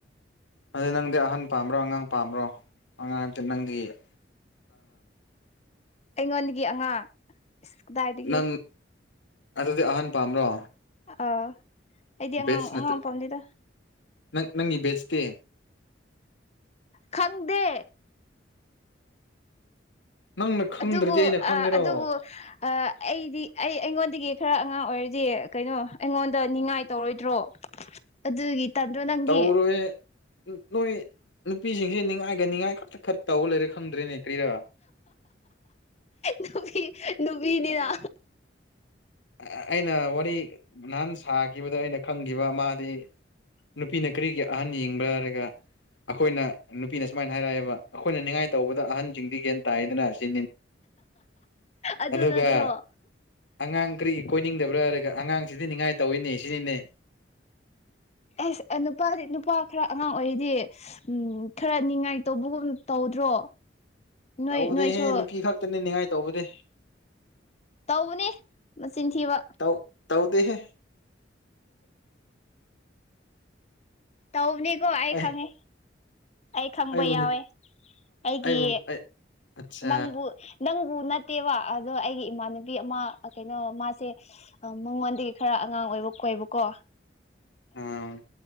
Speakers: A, on the left; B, on the left.
A: ꯑꯗꯨꯗ ꯅꯪꯗꯤ ꯑꯍꯟ ꯄꯥꯝꯕ꯭ꯔꯣ ꯑꯉꯥꯡ ꯄꯥꯝꯕ꯭ꯔꯣ ꯑꯉꯥꯡ ꯇꯅꯪꯗꯤꯉ
B: ꯑꯩꯉꯣꯟꯗꯒꯤ ꯑꯉꯥꯡ ꯀꯗꯥꯏꯗꯒꯤ
A: ꯅꯪ ꯑꯗꯨꯗꯤ ꯑꯍꯥꯟ ꯄꯥꯝꯕ꯭ꯔꯣ
B: ꯑꯥ ꯑꯩꯗꯤ ꯑꯉꯥꯡ
A: ꯕꯦꯠꯁ
B: ꯑꯉꯥꯡ
A: ꯅꯠꯇ
B: ꯃꯄꯥꯝꯅꯤꯗ
A: ꯅꯪ ꯅꯪꯒꯤ ꯕꯦꯁꯇꯦ
B: ꯈꯪꯗꯦ
A: ꯅꯪꯅ ꯈꯪꯗ꯭ꯔꯗꯤ
B: ꯑꯗꯨꯕꯨ
A: ꯑꯩꯅ ꯈꯪꯒꯦꯔꯣ
B: ꯑꯗꯨꯕꯨ ꯑꯩꯗꯤ ꯑꯩ ꯑꯩꯉꯣꯟꯗ ꯑꯗꯨꯒꯤ ꯈꯔ ꯑꯉꯥꯡ ꯑꯣꯏꯔꯗꯤ ꯀꯩꯅꯣ ꯑꯩꯉꯣꯟꯗ ꯉꯥꯏ ꯇꯧꯔꯣꯏꯗ꯭ꯔꯣ ꯑꯗꯨꯒꯤ ꯇꯟꯗ꯭ꯔꯣ ꯅꯪꯗꯤ
A: ꯇꯧꯔꯨꯏꯦ ꯅꯣꯏ ꯅꯨꯄꯤꯁꯤꯡꯁꯦ ꯅꯤꯡꯉꯥꯏꯒꯅꯤꯉꯥꯏ ꯈꯛꯇ ꯈꯔ ꯇꯧꯕ ꯂꯩꯔꯦ ꯈꯪꯗ꯭ꯔꯦꯅꯦ ꯀ꯭ꯔꯤꯔꯥ
B: ꯅꯨꯃꯤ ꯅꯨꯃꯤꯅꯤꯗ
A: ꯑꯩꯅ ꯋꯥꯔꯤ ꯅꯍꯥꯟ ꯁꯥꯈꯤꯕꯗ ꯑꯩꯅ ꯈꯪꯈꯤꯕ ꯃꯥꯗꯤ ꯅꯨꯄꯤꯅ ꯀꯔꯤꯒꯤ ꯑꯍꯟ ꯌꯦꯡꯕ ꯍꯥꯏꯔꯒ ꯑꯩꯈꯣꯏꯅ ꯅꯨꯄꯤꯅ ꯁꯨꯃꯥꯏꯅ ꯍꯥꯏꯔꯛꯑꯦꯕ ꯑꯩꯈꯣꯏꯅ ꯅꯤꯡꯉꯥꯏ ꯇꯧꯕꯗ ꯑꯍꯟꯁꯤꯡꯗꯤ ꯒꯌꯥꯦꯟ ꯇꯥꯏꯗꯅ ꯁꯤ
B: ꯑꯗꯨ
A: ꯑꯗꯨꯒ
B: ꯅꯠꯇ꯭ꯔꯣ
A: ꯑꯉꯥꯡ ꯀꯔꯤ ꯀꯣꯏꯅꯤꯡꯗꯕ꯭ꯔꯥ ꯍꯥꯏꯔꯒ ꯑꯉꯥꯡꯁꯤꯗꯤ ꯅꯤꯡꯉꯥꯏ ꯇꯧꯋꯤꯅꯦ ꯁꯤꯅꯤꯅꯦ
B: ꯑꯁ ꯅꯨꯄꯥꯗꯤ ꯅꯨꯄꯥ ꯈꯔ ꯑꯉꯥꯡ ꯑꯣꯏꯔꯤꯗꯤ ꯎ ꯈꯔ ꯅꯤꯡꯉꯥꯏꯇꯧꯕꯒꯨꯝ ꯇꯧꯗ꯭ꯔꯣ ꯅꯣꯏ
A: ꯇꯧꯕꯗꯤꯍꯦ
B: ꯅꯣꯏꯁꯨ
A: ꯅꯨꯄꯤ ꯈꯛꯇꯅꯦ ꯅꯤꯡꯉꯥꯏ ꯇꯧꯕꯗꯤ
B: ꯇꯧꯕꯅꯦ ꯃꯆꯤꯟ ꯊꯤꯕ
A: ꯇꯧ ꯇꯧꯗꯦꯍꯦ
B: ꯇꯧꯅꯤ ꯀꯣꯏ
A: ꯑꯩ
B: ꯈꯪꯉꯦ ꯑꯩ ꯈꯪꯕ
A: ꯑꯩꯕꯨ
B: ꯌꯥꯎꯋꯦ ꯑꯩꯒꯤ
A: ꯑꯩꯕꯨ ꯑꯩ ꯑꯠꯆꯥ
B: ꯅꯪꯕꯨ ꯅꯪꯕꯨ ꯅꯠꯇꯦꯕ ꯑꯗꯣ ꯑꯩꯒꯤ ꯏꯃꯥꯟꯅꯕꯤ ꯑꯃ ꯀꯩꯅꯣ ꯃꯥꯁꯦ ꯃꯉꯣꯟꯗꯒꯤ ꯈꯔ ꯑꯉꯥꯡ ꯑꯣꯏꯕ ꯀꯕꯨ ꯀꯣ
A: <inaudible> ꯑꯥ